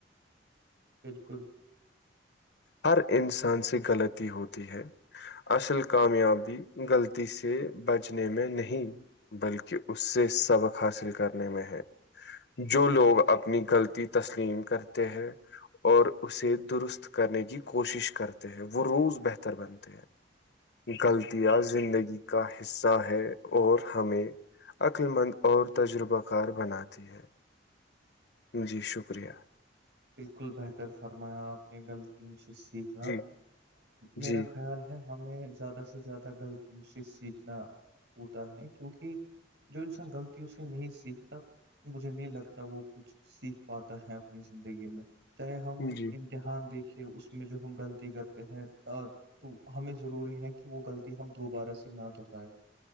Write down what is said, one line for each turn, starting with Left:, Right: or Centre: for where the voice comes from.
Right: بالکل
Left: ہر انسان سے غلطی ہوتی ہے اصل کامیابی غلطی سے بچنے میں نہیں بلکہ اس سے سبق حاصل کرنے میں ہے جو لوگ اپنی غلطی تسلیم کرتے ہیں اور اسے درست کرنے کی کوشش کرتے ہیں وہ روز بہتر بنتے ہیں غلطیاں زندگی کا حصہ ہے اور ہمیں عقللمند اور تجربہ کار بناتی ہے جی شکریہ
Right: بالکل بہتر فرمایا آپ نے غلطیوں سے سیکھنا
Left: جی
Right: میرا
Left: جی
Right: خیال ہے ہمیں زیادہ سے زیادہ غلطیوں سے سیکھنا ہوتا ہے کیونکہ جو انسان غلطیوں سے نہیں سیکھتا مجھے نہیں لگتا وہ کچھ سیکھ پاتا ہے اپنی زندگی میں چاہے ہم
Left: جی
Right: ج ہان دیکھیے اس میں جو ہم غلطی کرتے ہیں تو ہمیں ضروری ہے کہ وہ غلطی ہم دوبارہ سے نہ دہرائے